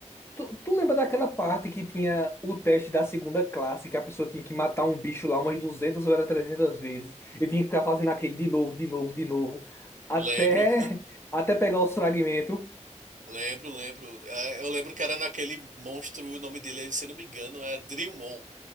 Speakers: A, on the left; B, on the right.
A: tu, tu lembra daquela parte que tinha o teste da segunda classe, que a pessoa tinha que matar um bicho lá umas 200 ou era 300 vezes, e tinha que ficar fazendo aquele de novo, de novo, de novo, até,
B: Lembro,
A: <laughs> até pegar os fragmentos.
B: <laughs> lembro, lembro. É, Eu lembro que era naquele monstro, o nome dele, se eu não me engano, é Drillmon,